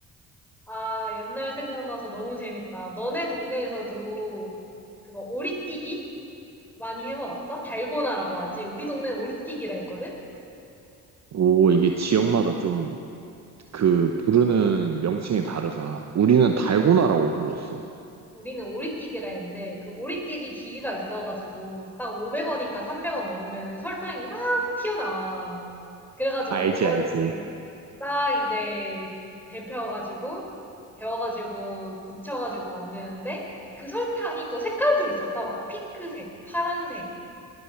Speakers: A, in the centre; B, on the right.
A: 아, 옛날 생각나서 너무 재밌다. 너네 동네에서도 그거 오리뛰기? 많이 해 먹었어? 달고나라고 하지. 우리 동네는 오리띠기라 했거든?
B: 오, 이게 지역마다 좀 그 부르는 명칭이 다르다. 우리는 달고나라고 불렀어.
A: 우리는 오리띠기라 했는데 그 오리띠기 기계가 있어가지고 딱 500원인가 300원 넣으면 설탕이 막 튀어나와. 그래가지고
B: 알지,
A: 그거를
B: 알지.
A: 딱 이제 데펴가지고 데워가지고 굳혀가지고 만드는데 그 설탕이 또 색깔도 있었다. 막 핑크색, 파란색.